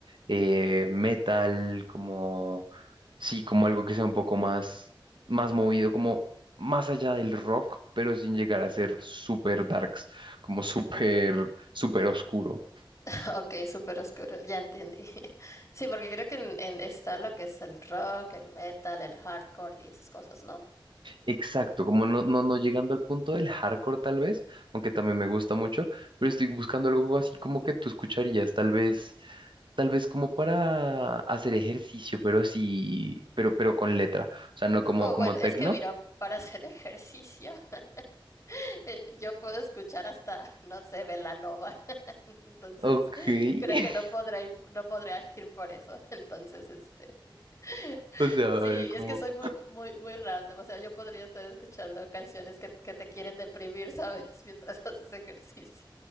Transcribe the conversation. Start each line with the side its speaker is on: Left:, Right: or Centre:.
Right: eh, metal, como, sí, como algo que sea un poco más, más movido, como más allá del rock, pero sin llegar a ser súper darks, como súper, súper oscuro.
Left: <laughs> Ok, súper oscuro. Ya entendí. <laughs> Sí, porque creo que en, en- está lo que es el rock, el metal, el hardcore y esas cosas, ¿no?
Right: Exacto, como no, no, no llegando al punto del hardcore tal vez, aunque también me gusta mucho, pero estoy buscando algo así como que tú escucharías, tal vez, tal vez como para hacer ejercicio, pero sí, pero, pero con letra, o sea, no como,
Left: Oh,
Right: como
Left: bueno,
Right: tecno.
Left: es que mira, para hacer ejercicio, <laughs> eh, yo puedo escuchar hasta, <laughs> no sé, Belanova. <laughs> Entonces,
Right: Ok, <laughs>
Left: creo que no podrá ir, no podrá ir por eso. <laughs> Entonces, este. <laughs>
Right: o sea,
Left: Sí,
Right: a ver, como,
Left: es que soy muy, muy, muy random. O sea, yo podría estar escuchando canciones que, que te quieren deprimir, ¿sabes? <laughs> Mientras haces ejercicio.